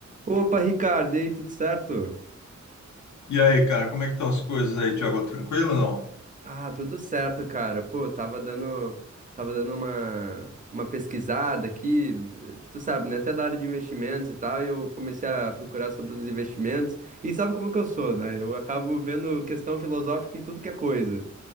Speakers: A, on the right; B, on the left.
A: Opa, Ricardo, e aí, tudo certo?
B: E aí, cara, como é que estão as coisas aí, Thiago? Tranquilo ou não?
A: Ah, tudo certo, cara. Pô, tava dando, tava dando uma, uma pesquisada aqui, eh, tu sabe, né? Até da área de investimentos e tal, e eu comecei a procurar sobre os investimentos. E sabe como que eu sou, né? Eu acabo vendo questão filosófica em tudo que é coisa.